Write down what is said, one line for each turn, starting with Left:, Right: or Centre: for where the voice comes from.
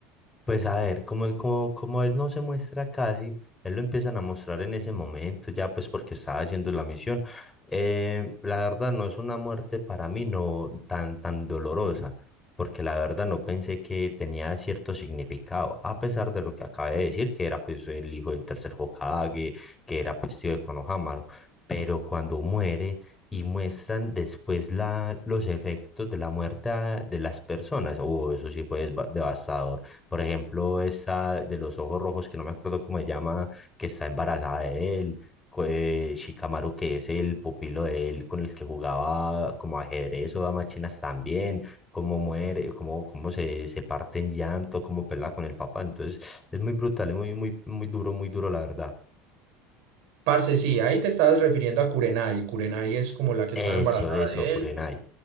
Left: Pues a ver, como él, como, como él no se muestra casi, él lo empiezan a mostrar en ese momento, ya pues porque estaba haciendo la misión. Eh, la verdad no es una muerte para mí no tan, tan dolorosa, porque la verdad no pensé que tenía cierto significado, a pesar de lo que acabé de decir, que era pues el hijo del tercer Hokage, que era pues tío de Konohamaru, pero cuando muere y muestran después la, los efectos de la muerte a- de las personas, oh, eso sí fue desva- devastador. Por ejemplo, esa de los ojos rojos, que no me acuerdo cómo se llama, que está embarazada de él. co- eh, Shikamaru, que es el pupilo de él con el que jugaba como ajedrez o damas chinas también, cómo muere, cómo, cómo se, se parte en llanto, cómo pelea con el papá. Entonces, es muy brutal, es muy, muy, muy duro, muy duro, la verdad.
Right: Parce, sí, ahí te estabas refiriendo a Kurenai. Kurenai es como la que
Left: Eso,
Right: estaba Sí, embarazada
Left: eso,
Right: de
Left: Kurenai.
Right: él